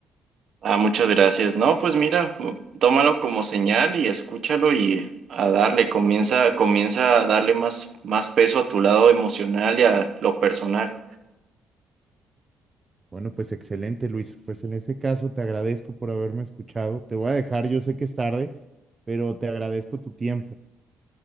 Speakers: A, on the right (about 60°); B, on the right (about 30°).
A: Ah, muchas gracias. No, pues mira, tómalo como señal y escúchalo y a darle, comienza, comienza a darle más, más peso a tu lado emocional y a lo personal.
B: Bueno, pues excelente, Luis. Pues en ese caso te agradezco por haberme escuchado. Te voy a dejar, yo sé que es tarde, pero te agradezco tu tiempo.